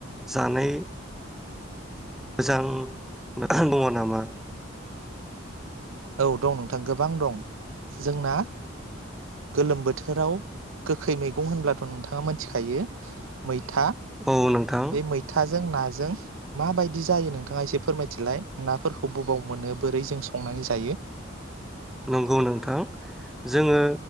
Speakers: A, in the centre; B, on the right.
A: जानाय मोजां दङ नामा?
B: औ दं नोंथां गोबां दं जोंना गोलोम बोथोराव गोखै मैगं होनब्लाथ' नोंथाङा मोनथिखायो मै मैथा
A: औ नोंथां
B: बे मैथा मैथाजों नाजों माबायदि जायो नोंथाङा एसे फोरमायथिलाय नाफोरखौ बबाव मोनो बोरै जों सं संनानै जायो।
A: नंगौ नोंथां जोङो